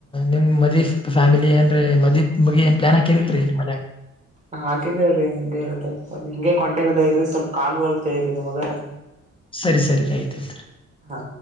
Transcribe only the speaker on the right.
ಹಾಗಿದ ರೀ ನಿನ್ ಹೇತಾ ಇ ಹಿಂಗೆ ಕಾಂಟಕ್ ಇದರಿ ಸ್ವಲ್ಪ ಕಾ ಬತ್ತತೇರಿ ನಿಮ್ಮ ಮಗ
ಹಾ